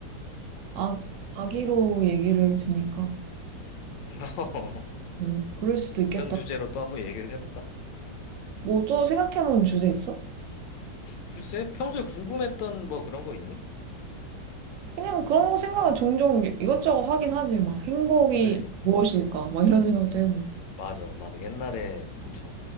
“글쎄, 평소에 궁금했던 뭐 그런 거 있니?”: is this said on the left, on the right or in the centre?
Left